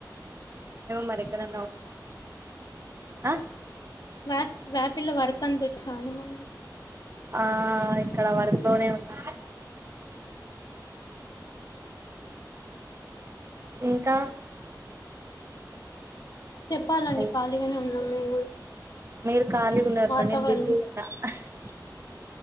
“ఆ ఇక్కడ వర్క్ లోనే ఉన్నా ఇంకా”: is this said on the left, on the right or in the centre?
Right